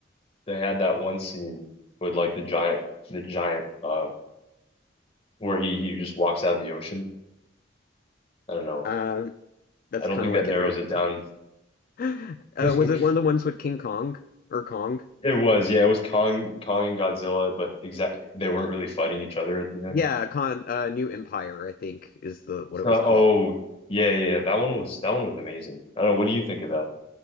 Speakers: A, on the left; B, on the left.
A: they had that one scene with like the giant the giant uh where he, he just walks out of the ocean. I don't know.
B: Um, That's
A: I don't
B: kind
A: think
B: of like
A: that narrows
B: every.
A: it down.
B: <laughs> Uh,
A: <laughs>
B: was it one of the ones with King Kong or Kong?
A: It was, yeah, it was Kong Kong and Godzilla, but exact they weren't really fighting each other at the end.
B: Yeah, Con uh, New Empire, I think, is the what
A: So,
B: it was called.
A: oh, yeah, yeah, yeah, that one was that one was amazing. I don't know. What do you think of that?